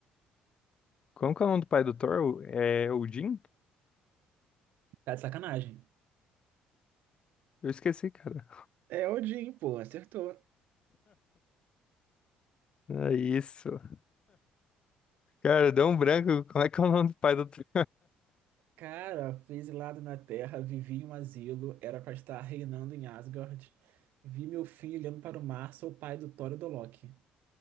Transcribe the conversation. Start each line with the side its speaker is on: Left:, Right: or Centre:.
Left: como que é o nome do pai do Thor? É Odin?
Right: Tá de sacanagem.
Left: Eu esqueci, cara.
Right: É Odin, pô, acertou.
Left: É isso. Cara, deu um branco. Como é que é o nome do pai do Thor?
Right: Cara, fui exilado na Terra, vivi em um asilo, era pra estar reinando em Asgard. Vi meu filho olhando para o mar, sou o pai do Thor e do Loki.